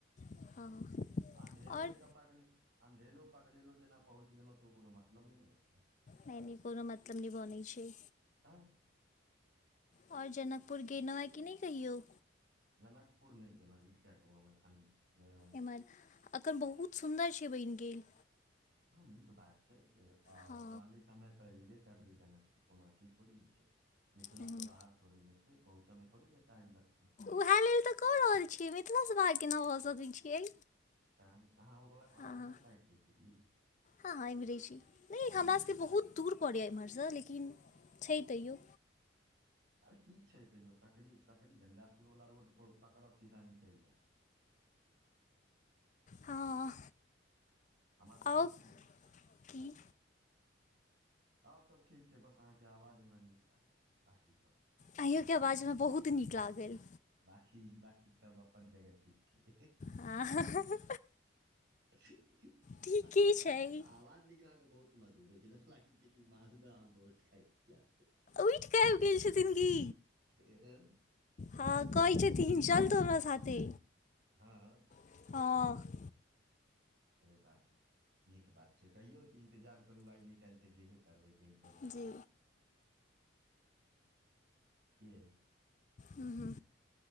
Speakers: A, on the left (about 40°); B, on the right (about 60°).
A: हँ हँ
B: अन्हेरो
A: आओर
B: जेना। अन्हेरो पकड़ि लेलहुँ जेना, पहुँच गेलहुँ तऽ ओ कोनो मतलब नहि ने होइ छै।
A: नहि नहि, कोनो मतलब नहि होइ छै।
B: आय <unintelligible>
A: आओर जनकपुर गेलहुँ कि नहि, कहियौ?
B: जनकपुर नहि गेलहुँ, उठिया के गाममे?
A: एम्हर अखन बहुत सुन्दर छै, बनि गेल।
B: हँ, नीक बात छै, रहले।
A: हँ
B: समय तऽ अयबे करबै, जनकपुर कोनो अथी थोड़े छै। मिथिलासँ
A: हँ।
B: बाहर थोड़े ने छै, पहुँचऽमे थोड़े ने टाइम लगतै।
A: उएह लेल तऽ कहलो। छियै, मिथिला सँ भागि कऽ नहि भऽ सकै छियै।
B: तऽ अहाँ, अहाँ
A: हँ
B: उएह
A: हँ
B: साइडके छी की?
A: हँ हँ, एम्हरे छी। नहि, हमरासभके बहुत दूर पड़ैए एम्हरसँ, लेकिन। छै, तैयो।
B: आओर की छै, तैयो सकरी सकरी झंझारपुरवला रोड पकड़ब, सीधा निकलि जायब।
A: हँ।
B: हमरा से
A: आउ
B: पूछू नहि।
A: की?
B: आओर सभ ठीक छै, बस अहाँके आवाज हमरा नीक लागैए, बाँकी चल।
A: अइयोके आवाज हमरा बहुत नीक लागल।
B: बाकी सभ अपन जगह ठीक छै,
A: हँ
B: हि हि हा
A: ठीके
B: हा।
A: छै
B: आवाज नहि। अहाँके आवाज बहुत मधुर छै, जेना लागै छै कि मालदह आम बहुत खाइत छियै।
A: पिटि कऽ आबि गेल छथिन गी।
B: ह
A: हँ, कहै छथिन, चल तू हमरा साथे।
B: हाँ अऽ।
A: हा।
B: करै बाप, नीक बात छै। कहियो तऽ इन्तजार करू, आइ काल्हि तऽ जेबे करबै कनि। <unintelligible> कि
A: जी
B: याए?
A: हू, हू।